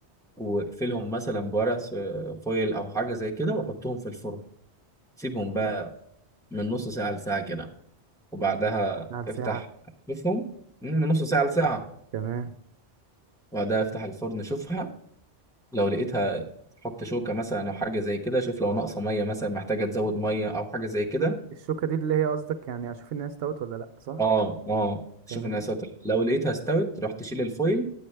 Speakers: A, in the centre; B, on the right.
A: واقفلهم مثلا بورق س- فويل او حاجه زي كده وحطهم في الفرن سيبهم بقى من نص ساعه لساعه كده وبعدها
B: على ساعه
A: افتح شوفهم من نص ساعه لساعه
B: تمام
A: وبعدها افتح الفرن شوفها لو لقيتها حط شوكة مثلا أو حاجة زي كده شوف لو ناقصة مية مثلا محتاجة تزود مية أو حاجة زي كده
B: الشوكه دي اللي هي قصدك يعني اشوف الناس استوت ولا لا صح
A: اه اه شوف
B: تمام
A: إنها ساتر لو لقيتها استوت روح تشيل الفويل